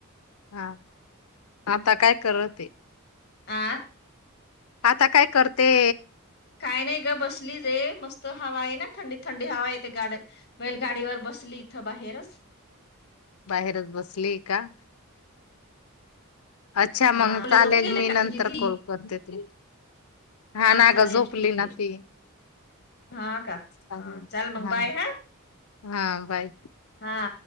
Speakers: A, on the left; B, on the left.
A: हा आता काय करते?
B: आं.
A: आता काय करते?
B: काय नाही ग बसलीले मस्त हवा आहे ना, थंडी-थंडी हवा इथं गाड बैल गाडीवर बसली इथं बाहेरच.
A: बाहेरच बसली का? अच्छा मग
B: हा मुले
A: चालेल
B: झोपून गेले
A: मी
B: का
A: नंतर
B: तुझी ती
A: कॉल करते तुला, हा ना
B: चालेल
A: गं झोपली
B: ठीक आहे
A: ना ती
B: हा का
A: हा
B: चल मग बाय हा
A: हा बाय.
B: हा